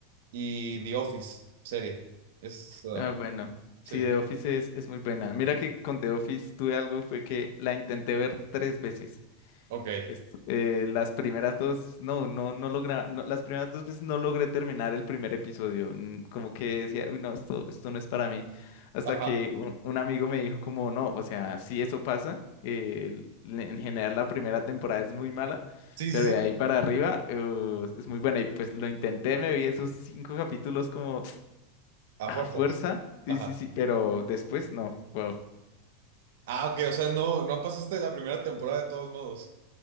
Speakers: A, on the right (about 75°); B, on the left (about 60°).
A: Y The Office, serie. Es, ah,
B: Ah, bueno, sí,
A: sí,
B: The Office es, es muy buena. Mira que con The Office tuve algo, fue que la intenté ver tres veces.
A: ok.
B: Es- eh, las primeras dos, no, no, no logra, no, las primeras dos veces no logré terminar el primer episodio. Mm, Como que decía, uy, no, esto, esto no es para mí. Hasta
A: Ajá.
B: que un, un amigo me dijo como, no, o sea, sí eso pasa. eh, l- en general la primera temporada es muy mala,
A: Sí,
B: pero
A: sí, sí.
B: de ahí para arriba eh, es muy buena. Y pues lo intenté, me vi esos cinco capítulos como...
A: A
B: A
A: fuerzas.
B: fuerza, sí,
A: Ajá.
B: sí, sí, pero después no, wow.
A: Ah, ok, o sea, no, no pasaste la primera temporada de todos modos.